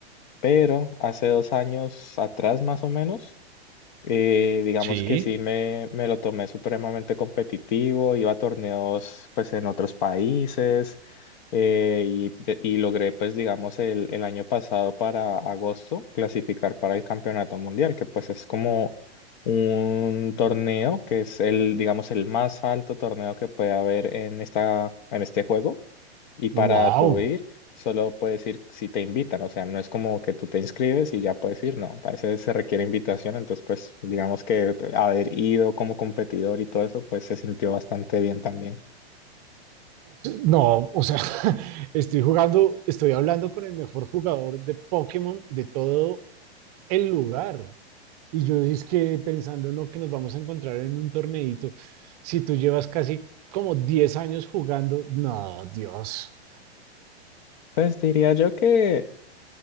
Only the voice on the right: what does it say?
Sí.
Wow.
no, o sea, <laughs> estoy jugando, estoy hablando con el mejor jugador de Pokémon de todo el lugar. Y yo es que pensando, no, que nos vamos a encontrar en un torneito. Si tú llevas casi como 10 años jugando, no, Dios.